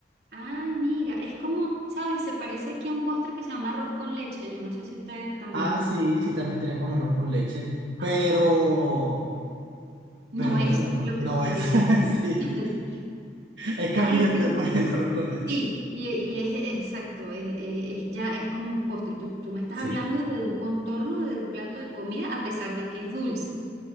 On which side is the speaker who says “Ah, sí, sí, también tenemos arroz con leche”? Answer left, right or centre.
Right